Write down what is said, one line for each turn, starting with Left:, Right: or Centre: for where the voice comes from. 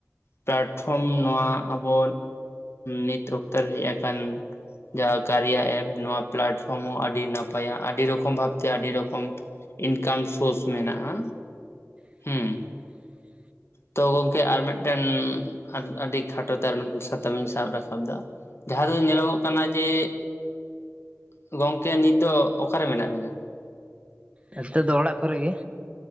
Left: ᱯᱞᱟᱴᱯᱷᱚᱨᱚᱢ ᱱᱚᱣᱟ ᱟᱵᱚ ᱱᱤᱛ ᱚᱠᱛᱚᱨ ᱦᱮᱡ ᱟᱠᱟᱱ ᱡᱟᱦᱟ ᱠᱟᱨᱭᱟ ᱮᱯ ᱱᱚᱣᱟ ᱯᱞᱟᱴᱯᱷᱚᱨᱚᱢ ᱦᱚᱸ ᱟᱹᱰᱤ ᱱᱟᱯᱟᱭᱟ ᱟᱹᱰᱤ ᱨᱚᱠᱚᱢ ᱵᱷᱟᱵᱛᱮ ᱟᱹᱰᱤ ᱨᱚᱠᱚᱢ ᱤᱱᱠᱟᱢ ᱥᱳᱨᱥ ᱢᱮᱱᱟᱜᱼᱟ
Right: <inaudible>
Left: ᱦᱩᱸ ᱛᱚ ᱜᱚᱢᱠᱮ ᱟᱨ ᱢᱤᱫᱴᱮᱱ ᱟᱨ ᱟᱹᱰᱤ ᱠᱷᱟᱴᱚᱛ ᱟᱨ ᱢᱤᱫᱴᱮᱱ ᱥᱟᱛᱟᱢ ᱤᱧ ᱥᱟᱵ ᱨᱟᱠᱟᱵ ᱮᱫᱟ ᱡᱟᱦᱟᱸ ᱫᱚ ᱧᱮᱞᱚᱜᱚᱜ ᱠᱟᱱᱟ ᱡᱮ <unintelligible> ᱜᱚᱝᱠᱮ ᱱᱤᱛ ᱫᱚ ᱚᱠᱟᱨᱮ ᱢᱮᱱᱟᱜ ᱵᱤᱱᱟ
Right: ᱱᱮᱛᱚᱜ ᱫᱚ ᱚᱲᱟᱜ ᱠᱚᱨᱮᱜ ᱜᱮ